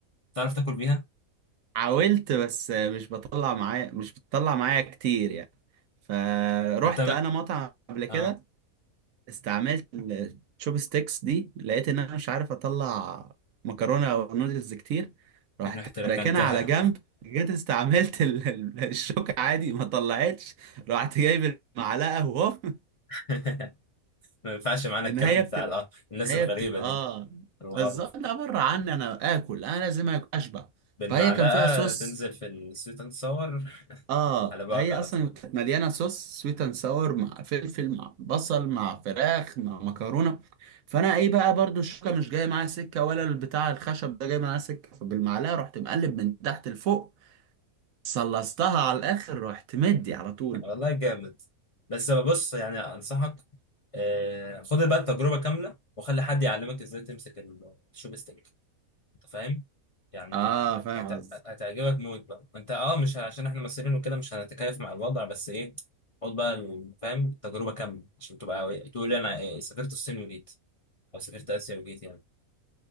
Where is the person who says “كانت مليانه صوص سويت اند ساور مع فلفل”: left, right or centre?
Right